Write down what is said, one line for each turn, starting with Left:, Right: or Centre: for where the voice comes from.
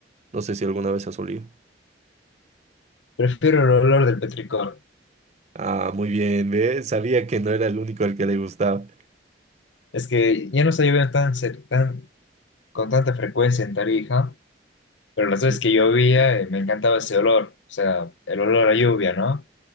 Right: No sé si alguna vez has olido.
Left: Prefiero el olor del petricor.
Right: Ah, muy bien, ¿ves? Sabía que no era el único al que le gustaba.
Left: Es que ya no está lloviendo tan, cer- tan, con tanta frecuencia en Tarija, pero las veces
Right: Y-
Left: que llovía, eh, me encantaba ese olor. O sea, el olor a lluvia, ¿no?